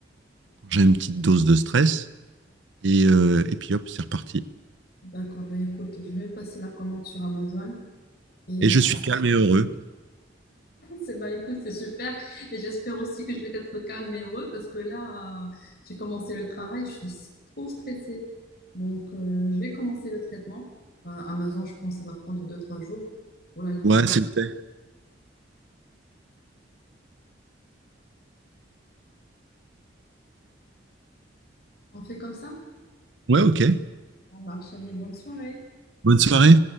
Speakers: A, on the right (about 80°); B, on the left (about 55°).
A: quand j'ai une petite dose de stress. Et, euh, et puis, hop, c'est reparti.
B: d'accord, ben écoute, je vais passer la commande sur Amazon. Et
A: Et
B: euh,
A: je suis calme et heureux.
B: C'est- Bah, écoute, c'est super. Et j'espère aussi que je vais être calme et heureux parce que là, euh, j'ai commencé le travail, je suis s- trop stressée. Donc, euh, je vais commencer le traitement. Euh, Amazon, je pense, ça va prendre deux, trois jours pour la libérer.
A: Ouais, c'est le thé.
B: On fait comme ça?
A: Ouais, ok.
B: On marche. Allez, bonne soirée.
A: Bonne soirée.